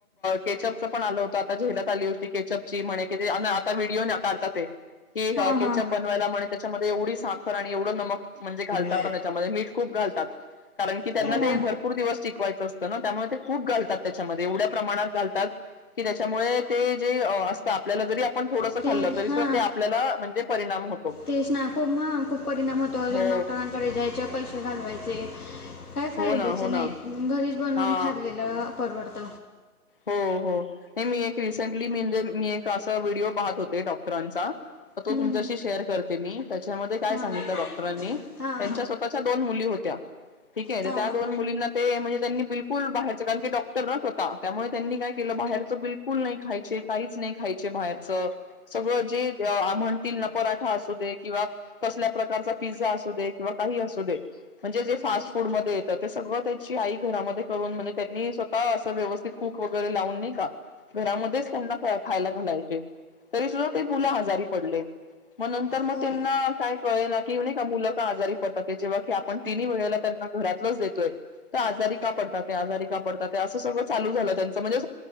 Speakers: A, on the left (about 35°); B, on the left (about 80°).
A: केचअपच पण आलं होतं आता झेलत आली होती केचप ची म्हणे आता व्हिडिओ ना काढतात ते कि ह
B: हा
A: केचप बनवायला म्हणे त्याच्यामध्ये एवढी साखर आणि एवढं नमक म्हणजे घालतात
B: हा
A: ना त्याच्यामध्ये मीठ खूप घालतात कारण की त्यांना
B: हो ना
A: ते भरपूर दिवस टिकवायचं असत ना त्यामुळे ते खूप घालतात त्याच्यामध्ये एवढ्या प्रमाणात घालतात की त्याच्यामुळे ते जे असतात आपल्याला जरी आपण थोडंसं
B: ते
A: खाल्लं तरी
B: हा
A: सुद्धा ते आपल्याला म्हणजे परिणाम होतो
B: तेच ना खूप ह खूप परिणाम होतो अजून
A: हो
B: डॉक्टरांकडे जायचे पैसे घालवायचे काय फायद्याच
A: हो ना हो
B: नाही
A: ना
B: घरीच बनवून
A: हा
B: खाल्लेलं परवडत
A: हो हो हे मी एक रिसेंटली म्हजे मी एक असा व्हिडिओ पाहत होते डॉक्टरांचा तर तो
B: हम्म
A: तुमच्याशी
B: हम्म
A: शेअर करते मी त्याच्यामध्ये काय
B: हां
A: सांगितलं
B: हां
A: डॉक्टरांनी त्यांच्या स्वतःच्या दोन मुली होत्या ठीक आहे
B: हां
A: त्या
B: हां हां
A: दोन मुलींना ते म्हणजे त्यांनी बिलकुल बाहेरच कारण की डॉक्टर न स्वता त्यामुळे त्यांनी काय केलं बाहेरचं बिलकुल नाही खायचे काहीच नाही खायचे बाहेरच सगळं जे म्हणतील ना पराठा असू दे किंवा कसल्या प्रकारचा पिझ्झा असू दे किंवा काही असू दे म्हणजे जे
B: हम्म
A: फास्ट
B: हम्म
A: फूड म येतात ते सगळं त्याची आई घरामध्ये करून म्हणजे त्यांनी स्वतः अस व्यवस्. कूक वगैरे लावून नाही का घरामध्येच त्यांना खायला घालायचे. तरी सुद्धा ते
B: हो
A: मुला
B: ना
A: हजारी पडले. मग नंतर मग
B: हो हो
A: त्यांना
B: ना
A: काय कळेल की नाही का मुलं आजारी पटत जेव्हा की आपण तिन् वेळेला. देतोय आजारी का पडात आजारी का पडात असं. चालू झाच म्हणजे